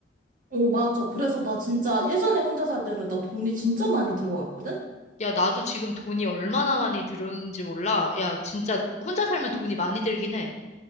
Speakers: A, on the right; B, on the left.
A: 어, 맞아. 그래서 나 진짜 예전에 혼자 살 때는 나 돈이 진짜 많이 들어갔거든?
B: 야, 나도 지금 돈이 얼마나 많이 들었는지 몰라. 야, 진짜 혼자 살면 돈이 많이 들긴 해.